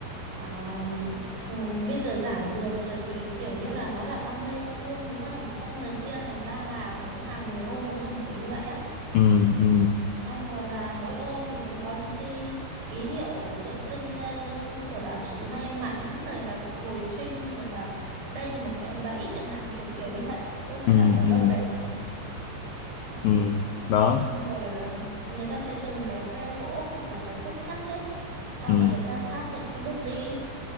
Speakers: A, on the right; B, on the left.
A: à, ừm, bây giờ giản lược rồi thì kiểu như là nó là 30 ô vuông đúng không? Xong rồi chia thành ba hàng, mỗi hàng 10 ô đúng không? Kiểu như vậy á.
B: ừ ừ
A: Xong rồi là mỗi ô thì cũng có những cái ký hiệu tượng trưng như, như kiểu là sự may mắn rồi là sự hồi sinh rồi là đây là một cái bẫy chẳng hạn kiểu kiểu như vậy. Tôi có
B: ừ
A: đọc ở
B: ừ
A: đâu đấy. Ờ.
B: ừ đó
A: xong rồi là người ta sẽ dùng cái que gỗ hoặc là cái xúc xắc ấy xong
B: ừ
A: rồi người ta xác định cái bước đi